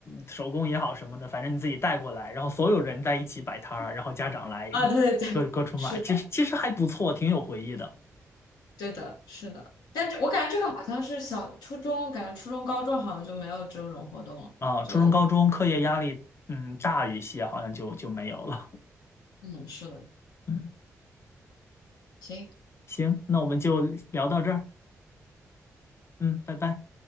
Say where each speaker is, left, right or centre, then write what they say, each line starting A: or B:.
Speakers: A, on the left; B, on the left.
A: 手工也好什么的，反正你自己带过来，然后所有人在一起摆摊儿，然后家长来
B: 啊，对对对，
A: 各各处买，
B: 是的，
A: 其实其实还不错，挺有回忆的
B: 对的，是的。但这我感觉这个好像是小初中，感觉初中、高中好像就没有这种活动了。
A: 啊。
B: 就
A: 初中、高中课业压力嗯大一些，好像就就没有了。
B: 嗯，是的，
A: 嗯，
B: 行。
A: 行，那我们就聊到这儿，嗯，拜拜。